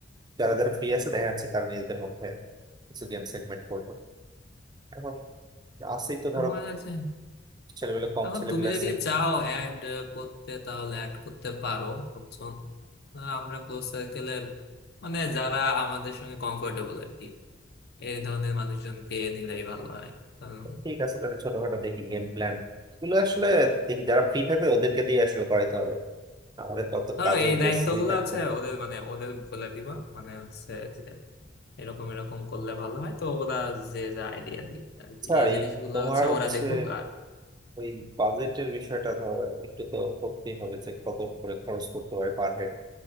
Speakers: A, on the right; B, on the left.
A: যারা যারা ফ্রি আছে দেখা যাচ্ছে তারা নিজেদের মধ্যে কিছু গেম সেগমেন্ট করবো এখন আছেই তো ধরো
B: আমার আছে
A: ছেলেগুলো কম
B: এখন
A: ছেলে
B: তুমি
A: পেলে আছে
B: যদি চাও অ্যাড করতে তাহলে অ্যাড করতে পারো লোকজন আহ, আমরা ক্লোজ সার্কেলের মানে যারা আমাদের সঙ্গে কমফোর্টেবল আর কি এই ধরনের মানুষজনকে নিলেই ভালো হয় কারণ
A: ঠিক আছে তাহলে ছোটখাটো দেখি গেম প্ল্যান এগুলো আসলে দেখি যারা ফ্রি থাকবে ওদেরকে দিয়ে আসলে করাইতে হবে আমাদের কত
B: ধরো
A: কাজে
B: এই দায়িত্বগুলো
A: বেশ ফ্রি থাকতে
B: আছে
A: হবে।
B: ওদের মানে ওদের বলে দিবা মানে হচ্ছে যে এরকম এরকম করলে ভালো হয় তো ওরা যে যা আইডিয়া দিক আর
A: আচ্ছা
B: কি এই
A: এই
B: জিনিসগুলো
A: তোমার
B: হচ্ছে
A: হচ্ছে
B: ওরা দেখুক আর
A: ওই বাজেটের বিষয়টা ধরো একটু তো করতেই হবে যে কত করে খরচ করতে পারে পার হেড